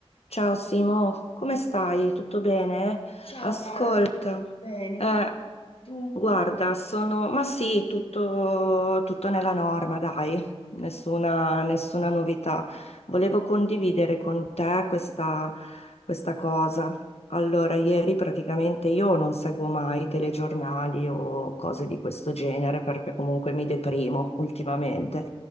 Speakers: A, on the left; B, on the left.
A: Ciao Simo, come stai? Tutto bene?
B: Ciao
A: Ascolta,
B: cara, bene,
A: eh,
B: sì. Tu?
A: Guarda, sono... Ma sì, tutto, tutto nella norma, dai, nessuna, nessuna novità. Volevo condividere con te questa, questa cosa. Allora, ieri praticamente io non seguo mai telegiornali o cose di questo genere perché comunque mi deprimo ultimamente.